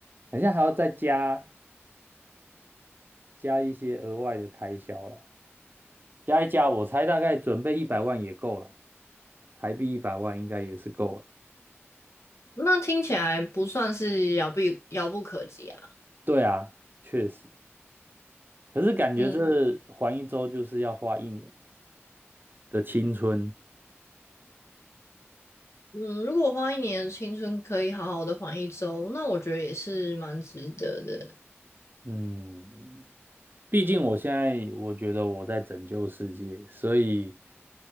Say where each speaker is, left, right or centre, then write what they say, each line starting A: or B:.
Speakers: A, on the right; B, on the left.
A: 好像还要再加加一些额外的开销了，加一加，我猜大概准备一百万也够了，台币一百万应该也是够了。
B: 那听起来不算是遥不遥不可及啊。
A: 对啊，确实，可是感觉这环一周就是要花一年
B: 嗯。
A: 的青春。
B: 嗯，如果花一年的青春可以好好的环一周，那我觉得也是蛮值得的。
A: 嗯，毕竟我现在我觉得我在拯救世界，所以